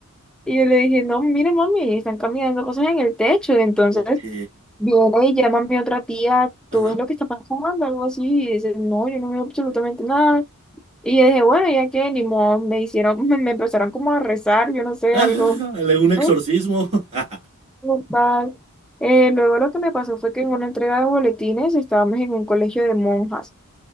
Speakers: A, in the centre; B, on the right.
A: Y yo le dije, no, mire, mami, están cambiando cosas en el techo. Entonces,
B: ok.
A: viene y llama a mi otra tía,
B: Ajá.
A: ¿tú ves lo que está pasando? Algo así. Y dice, no, yo no veo absolutamente nada. Y yo dije, bueno, ya que ni modo, me hicieron, <laughs> me, me empezaron como a rezar, yo no sé,
B: <laughs> Ajá,
A: algo,
B: le- un exorcismo.
A: ¿no?
B: <laughs>
A: como tal. Eh, luego lo que me pasó fue que en una entrega de boletines estábamos en un colegio de monjas